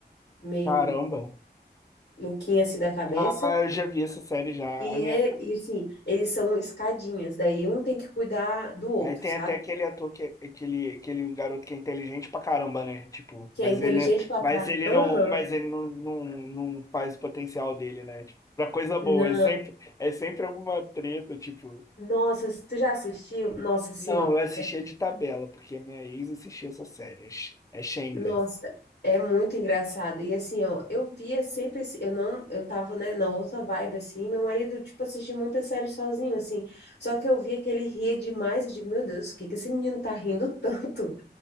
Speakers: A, on the left; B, on the left.
A: meio
B: Caramba.
A: louquinha assim da cabeça.
B: Ah, eu já vi essa série já.
A: E,
B: A minha,
A: é, e assim, eles são escadinhas, daí um tem que cuidar do outro,
B: Aí tem
A: sabe?
B: até aquele ator que é- aquele aquele garoto que é inteligente pra caramba, né? Tipo,
A: Que
B: mas
A: é inteligente
B: ele
A: pra
B: mas
A: caralho.
B: ele
A: Aham.
B: não mas ele não, não, não faz o potencial dele, né? Tipo, pra coisa boa,
A: Não.
B: é sempre é sempre alguma treta, tipo.
A: Nossa, tu já assistiu? Nossa, assim,
B: Não,
A: ó.
B: eu assistia
A: é-
B: de tabela, porque a minha ex assistia essa série. É Sh- é Shameless.
A: nossa, é muito engraçado. E assim, ó, eu via sempre assim, eu não, eu tava, né, na outra vibe, assim, meu marido, tipo, assistia muita série sozinho, assim. Só que eu via que ele ria demais, eu digo, meu Deus, o que que esse menino tá rindo tanto?